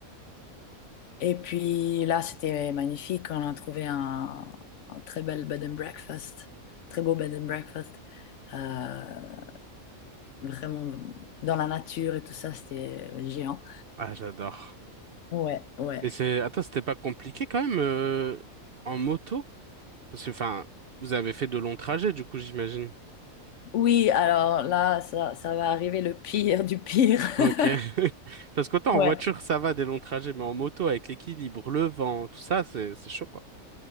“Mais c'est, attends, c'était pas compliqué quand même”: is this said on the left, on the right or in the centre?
Right